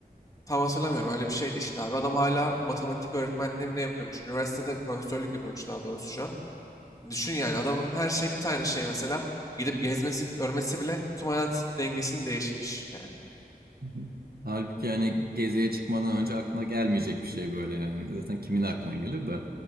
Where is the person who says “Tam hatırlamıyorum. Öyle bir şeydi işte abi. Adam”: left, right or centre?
Left